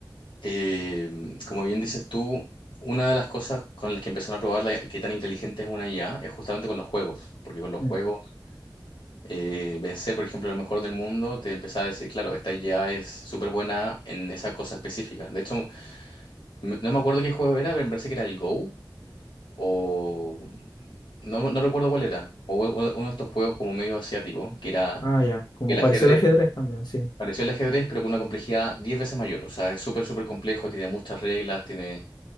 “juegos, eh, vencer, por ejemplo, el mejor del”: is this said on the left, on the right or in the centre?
Left